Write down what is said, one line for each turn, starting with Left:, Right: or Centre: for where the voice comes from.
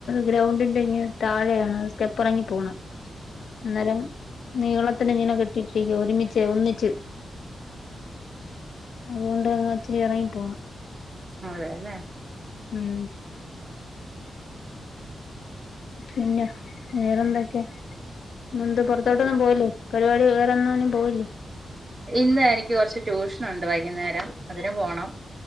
Left: ഗ്രൗണ്ടിന്റെ ഇങ്ങ് താഴെയാണ് സെറ്റ്പ്പ്റങ്ങി പോണം അന്നേരം നീളത്തിന് ഇങ്ങനെ കെട്ടിട്ടിരിക്ക ഒരുമിച്ച്ഒന്നിച്ച് അതുകൊണ്ട് അങ്ങ ഇച്ചിരി ഇറങ്ങി പോണം
Right: അതെ അല്ലേ
Left: ഉം പിന്നെ വേറെന്തൊക്കെ നന്ത് പുറത്തോട്ടൊ ഒന്നും പോവില്ലേ പരിപാടി ന്നും പോയില്ലേ
Right: ഇന്ന് എനിക്ക് കൊറച്ച് ട്യൂഷനുണ്ട് വൈകുന്നേരം അതിന് പോണം